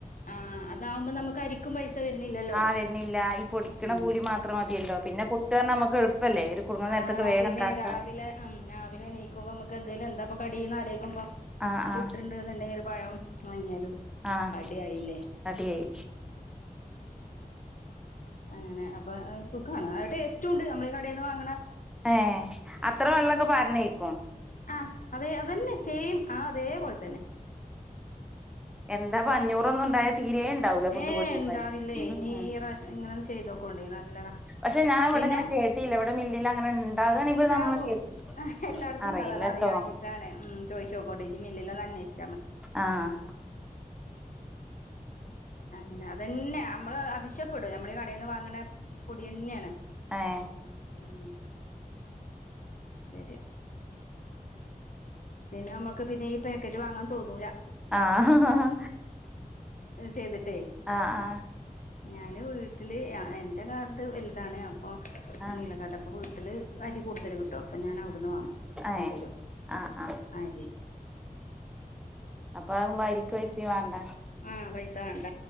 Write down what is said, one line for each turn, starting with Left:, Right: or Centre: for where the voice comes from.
Left: ആ അതാകുമ്പോ നമുക്കരിക്കും പൈസ വരുന്നില്ലല്ലോ
Centre: ആഹ വരുന്നില്ല ഈ പൊടിക്കണ
Left: ഉം
Centre: കൂലി മാത്രം മതിയല്ലോ പിന്നെ പുട്ട് നമ്മുക്ക് എളുപ്പല്ലേ ഒരു കുടുങ്ങുന്ന
Left: ആ
Centre: നേരത്തൊക്കെ വേഗം
Left: പിന്നെ
Centre: ഉണ്ടാക്കാ
Left: രാവിലെ ഉം രാവിലെ എനീക്കുമ്പോ നമുക്ക് അല്ലേലും എന്താ ഇപ്പോ കടി എന്നാലോയ്ക്കുമ്പോ
Centre: ആഹ്
Left: പുട്ടുണ്ട്
Centre: ആഹ്
Left: എന്നലെങ്കിലും പഴം വാങ്ങിയാലും
Centre: ആഹ്
Left: അട ആയില്ലേ
Centre: റെഡിയായി
Left: അങ്ങനെ അപ്പൊ സുഖമാണ് അത് ടേസ്റ്റ് ഉണ്ട് നമ്മൾ ഈ കടയിൽന്ന് വാങ്ങണ
Centre: ഏ അത്ര വെള്ളമൊക്കെ പാരനേക്കും
Left: ആ അതെ അതന്നെ സെയിം ആ അതേ പോലെ
Centre: എന്താപ്പ അഞ്ഞൂറൊന്നും ഉണ്ടായാ തീരെ ഉണ്ടാവൂല പുട്ടുപൊടിയൊന്നുവേ
Left: ഏ ഇണ്ടാവില്ലേ ഇനി
Centre: ഉം
Left: ഈ പ്രാവശ്യം ഇങ്ങനെ ഒന്ന്ചെയ്ത് നോക്കോണ്ടിംനല്ലതാ
Centre: പക്ഷെ ഞാൻ ഇവിടെ
Left: പിന്നെ
Centre: അങ്ങനെ കേട്ടില്ല ഇവിടെ മില്ലിൽ അങ്ങനെ ഉണ്ടാകണെപ്പ
Left: ഇണ്ടാവും
Centre: നമ്മള് കേട്ടില്ല
Left: എല്ലായിടത്തും
Centre: അറിയില്ലട്ടോ
Left: ഇണ്ടാവും അത് അറിയാഞ്ഞിട്ടാണ് ഉം ചോയിച്ചു നോക്കോണ്ടിം ഇല്ലേൽ മില്ലിലൊന്നു അന്വഷിക്ക്
Centre: ആഹ <inaudible>
Left: അങ്ങനെ അതന്നെ നമ്മള് അതിശ്യപ്പെടും നമ്മൾ ഈ കട വാങ്ങണ പൊടി തന്നെയാണ്
Centre: ഏഹ്
Left: മ് വരാ പിന്നെ നമ്മുക്ക് പിന്നെ ഈ പാക്കറ്റ് വാങ്ങാൻ തോന്നൂല
Centre: ആഹ് ഹാ
Left: ചെയ്തിട്ട്
Centre: ആ ആ
Left: ഞാന് വീട്ടില് എന്റെ കാർഡ് വലുതാണ് പ്പോ
Centre: ആഹ്
Left: നീല കാർഡാ പ്പു ഇതിൽ അരി കൂടുതൽ കിട്ടും അപ്പം ഞാൻ അവിടുന്ന് വാങ്ങും
Centre: ഏഹ്
Left: കൊണ്ടുവരും
Centre: ആഹ് ആഹ്
Left: അരി
Centre: അപ്പൊ ആകുമ്പോ അരിക്ക് പൈസ വേണ്ട
Left: ആഹ് പൈസ വേണ്ട